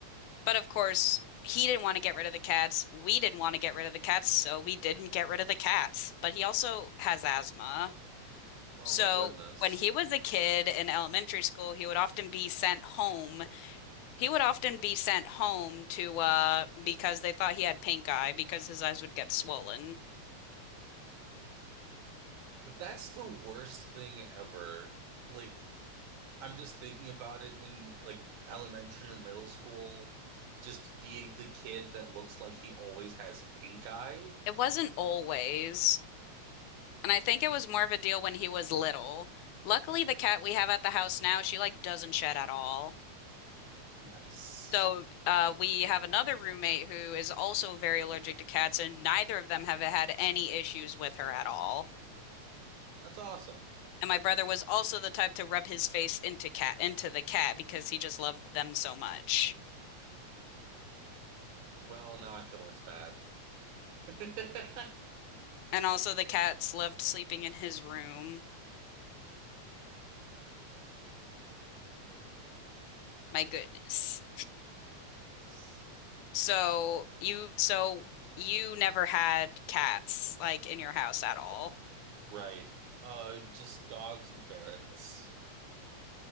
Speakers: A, on the left; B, on the right.
A: But of course, he didn't want to get rid of the cats. We didn't want to get rid of the cats, so we didn't get rid of the cats. But he also has asthma.
B: Oh
A: So
B: my goodness.
A: when he was a kid in elementary school, he would often be sent home. He would often be sent home to uh because they thought he had pink eye because his eyes would get swollen.
B: That's the worst thing ever. Like, I'm just thinking about it in like elementary or middle school, just being the kid that looks like he always has pink eye.
A: It wasn't always, and I think it was more of a deal when he was little. Luckily, the cat we have at the house now, she like doesn't shed at all.
B: Nice.
A: So, uh, we have another roommate who is also very allergic to cats, and neither of them have had any issues with her at all.
B: That's awesome.
A: And my brother was also the type to rub his face into cat into the cat because he just loved them so much.
B: Well, now I feel less bad. <laughs>
A: And also the cats loved sleeping in his room. My goodness.
B: Yes.
A: So you so you never had cats like in your house at all.
B: Right. Uh, just dogs and ferrets.